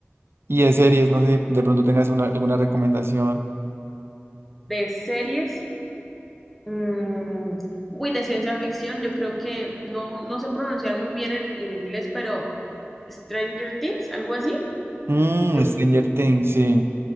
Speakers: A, on the right; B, in the centre.
A: Y de series, no sé si de pronto tengas una- alguna recomendación.
B: De series, Mm, uy, de ciencia ficción, yo creo que no, no sé pronunciar muy bien el, el inglés, pero Stranger Things, algo así,
A: Mmm,
B: de
A: Stranger Things, sí.